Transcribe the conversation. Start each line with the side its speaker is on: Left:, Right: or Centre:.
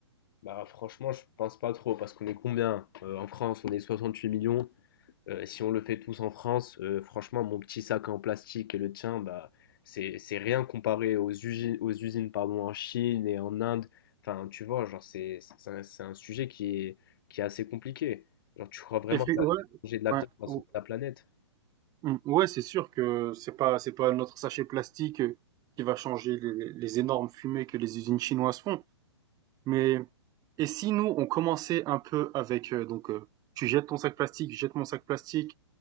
Left: Bah franchement, je pense pas trop parce qu'on est combien? Euh, en France, on est 68 millions. Euh, si on le fait tous en France, euh, franchement, mon petit sac en plastique et le tien, bah c'est c'est rien comparé aux usines, aux usines pardon, en Chine et en Inde. Enfin, tu vois, genre c'est c'est un, c'est un sujet qui est qui est assez compliqué. Genre, tu crois vraiment
Right: Et puis,
Left: que la-
Right: ouais,
Left: manger de la
Right: ouais,
Left: viande va
Right: ou-
Left: la planète?
Right: mm, ouais, c'est sûr que c'est pas, c'est pas notre sachet plastique euh, qui va changer les, les énormes fumées que les usines chinoises font. Mais, et si nous, on commençait un peu avec, euh, donc, euh, tu jettes ton sac plastique, je jette mon sac plastique,